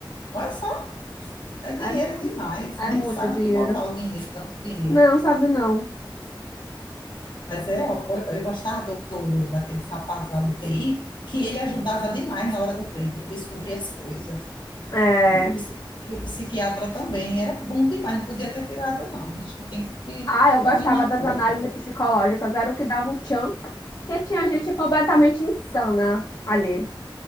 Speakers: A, on the left; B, on the left.
A: Olha É dinheiro
B: É muito,
A: demais,
B: é
A: nem
B: muito
A: sabe
B: dinheiro.
A: o que botar o dinheiro, tanto dinheiro.
B: Não, sabe não.
A: Mas é, eu, eu gostava do, do, daquele rapaz lá do TI, que ele ajudava demais na hora do crime, descobrir as coisas.
B: É...
A: E o, psiqui- e o psiquiatra também, era bom demais, não podia ter tirado, não. A gente tem que
B: Ah, eu
A: fazer
B: gostava
A: um acordo.
B: das análises psicológicas, era o que dava o tchan, que tinha gente completamente insana ali.